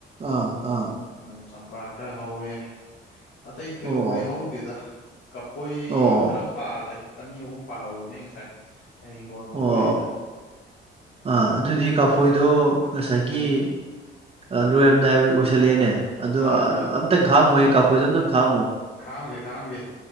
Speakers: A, on the right (about 30°); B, on the left (about 80°).
A: ꯑꯥ ꯑꯥ
B: ꯑ ꯆꯝꯄ꯭ꯔꯥ ꯈꯔ ꯍꯧꯋꯦ ꯑꯇꯩ ꯊꯣꯏꯗꯣꯛꯄꯗꯤ
A: ꯑꯣ
B: ꯍꯧꯗꯦꯗ ꯀꯐꯣꯏ
A: ꯑꯣ
B: ꯈꯔ ꯄꯥꯜꯂꯦ ꯑꯅꯤ ꯑꯍꯨꯝ ꯄꯥꯜꯍꯧꯕꯅꯦ ꯉꯁꯥꯏ ꯑꯩ ꯍꯤꯡꯒꯣꯜ
A: ꯑꯣ
B: ꯊꯣꯛꯏꯕ
A: ꯑꯥ ꯑꯗꯨꯗꯤ ꯀꯥꯐꯣꯏꯗꯣ ꯉꯁꯥꯏꯒꯤ ꯑꯥ ꯂꯣꯏꯔꯝꯗꯥꯏ ꯑꯣꯏꯁꯜꯂꯛꯑꯦꯅꯦ ꯑꯗꯣ
B: ꯃꯥꯅꯦ ꯃꯥꯅꯦ
A: ꯑꯝꯇꯪ ꯈꯥꯛꯑꯝꯃꯣꯍꯦ ꯀꯥꯐꯣꯏꯗꯣ ꯑꯝꯇꯪ ꯈꯥꯛꯑꯝꯃꯨ
B: ꯈꯥꯑꯝꯒꯦ ꯈꯥꯑꯝꯒꯦ